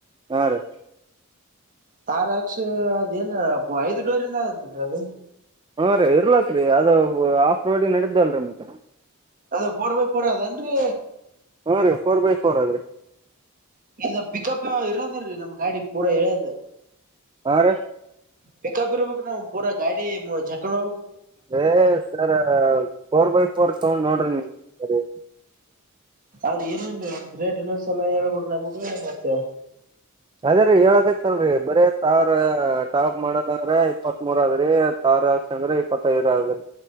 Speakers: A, on the right; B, on the right.
A: ಹಾ ರೀ
B: ಟಾರ್ ಹಾಕಿಸಿ ಅದ ಏನ್ ಐದ್ ಡೋರಿಂದ ಆಗತ್ನ್ರಿ ಅದು
A: ಹ್ಮ ಇರ್ಲಾಕ್ ರೀ ಅದು ಆಫ್ ರೋಡಿ ನಡ್ದಲ್ರಿ ಮತ್ತ
B: ಅದ ಫೋರರ್ ಒನ್ ಫೋರ್ ಅದಲ್ರಿ
A: ಹು ರೀ ಫೋರ್ ಬೈ ಫೋರ್ ಅದ್ರಿ
B: ಇಲ್ಲ ಪಿಕಪ್ ಇರದ್ರೀ ನಮ್ಮ್ ಗಾಡಿ ಪೂರಾ ಹೇಳ್ಯದ
A: ಹರೀ
B: ಪಿಕಪ್ ಇರಬೇಕುರೀ ಪೂರಾ ಗಾಡಿ ಜಕಣ್ಣ
A: ಏ ಸರ್ ಫೋರ್ ಬೈ ಫೋರ್ ತಗೊಂಡ್ ನೋಡ್ರಿ ಈ ಸರಿ
B: ಅದು ಏನೇನ್ರಿ ರೇಟ್ ಇನ್ನೊಂದು ಸಾಲ ಹೇಳ್ಬಿಡ್ರಿ ನಮಗೆ ಮತ್ತೆ
A: ಅದೇರೀ ಹೇಳಕೈತಲ್ರಿ ಬರೀ ಟಾರ್ ಟಾಪ್ ಮಾಡದ್ರ ಇಪ್ಪತ್ ಮೂರ ಅದ್ರಿರೀ ಟಾರ್ ಅಂದ ಅಂದ್ರೆ ಇಪ್ಪತ್ತೈದು ಆಗ್ರರಿ